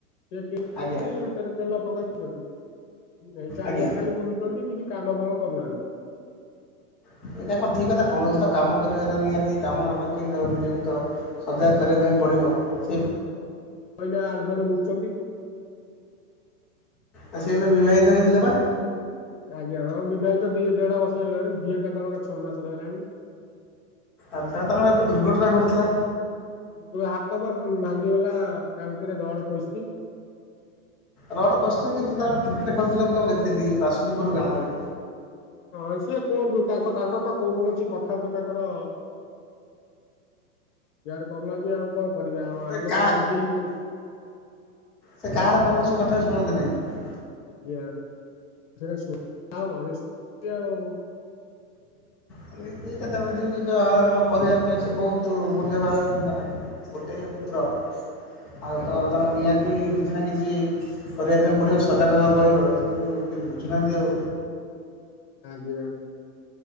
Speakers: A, on the left; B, in the centre.
A: ସେ
B: ଆଜ୍ଞା
A: ସେଥିରେ ତେଲ ପକେଇ ଦଉଚନ୍ତି ଏଇ ଚାରିଆରେ
B: ଆଜ୍ଞା
A: ଖାଲି ବୁଲୁଚନ୍ତି କିଛି କାମ ଫାମ କରୁନାହାନ୍ତି।
B: ଏଇଟା କଣ ଠିକ୍ କଥା କୌଣସିତ କାମ କରିବାର ନିହାତି କାମ ନକଲେ କି ତ ନିଜକୁ ତ ସଜାଗ କରିବା ପାଇଁ ପଡ଼ିବ ସେ
A: କହିଲା ଆଡୁ ଫଡୁ ବୁଝୁଛନ୍ତି।
B: ଆ ସେ ଏବେ ବିବାହିତ ହେଇଥିଲେ ବା?
A: ଆଜ୍ଞା ହଁ ବିବାହିତ ଦି ଦେଢ ବର୍ଷ ହେଇଗଲାଣି। ଝିଅ ତାଙ୍କର ଗୋଟେ ଛଅ ମାସରେ ହେଲାଣି।
B: ଆଛା ତାଙ୍କର ଏବେ ଦୁର୍ଘଟଣା ଘଟଥିଲା?
A: ଯୋଉ ହାତ ବା ଭାଙ୍ଗିଗଲା ତା ଭିତରେ ରଡ ପସଛି।
B: ରଡ ପସଛି କିନ୍ତୁ ତାର କ୍ରିକେଟ ଖେଳୁଥିଲେ ମୁଁ ତ <unintelligible> ଦେଖଥିଲି ବାସୁଦପୁର ଗ୍ରାମରେ।
A: ହଁ ସିଏ କୁହନ୍ତୁ ତାଙ୍କ ତାଙ୍କର ତ କୋଉ କୌଣସି କଥାକୁ ତାଙ୍କର ୟାର କରୁନାହାନ୍ତି ଆଉ କଣ କରିବି ଆଉ
B: ଏ
A: ଆମେ
B: କାହା
A: କଣ ନିଜେ <unintelligible>
B: ସେ
A: ଆଜ୍ଞା
B: କାହାର କୌଣସି କଥା ଶୁଣନ୍ତି ନାହିଁ।
A: ଆଜ୍ଞା <unintelligible> ହଉ
B: <unintelligible> ପରିବାର ପାଇଁ ସେ ବହୁତ ମୂଲ୍ୟବାନ ଆମେ। ଗୋଟେ ପୁତ୍ର, ଆଉ
A: ଆଜ୍ଞା
B: ତ ତାଙ୍କୁ ନିହାତି କିଛି ନା କିଛି କରିବା ପାଇଁ ପଡ଼ିବ ସଜାଗ ହେ ବଡ଼ିବ କିନ୍ତୁ କିଛି ବୁଝୁନାହାନ୍ତି ଆଉ।
A: ଆଜ୍ଞା।